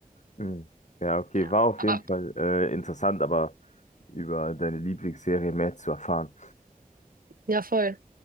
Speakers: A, on the left; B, on the right.
A: Hm. Ja, okay,
B: Ja.
A: war auf
B: Aber
A: jeden Fall äh, interessant, aber über deine Lieblingsserie mehr zu erfahren.
B: Ja, voll.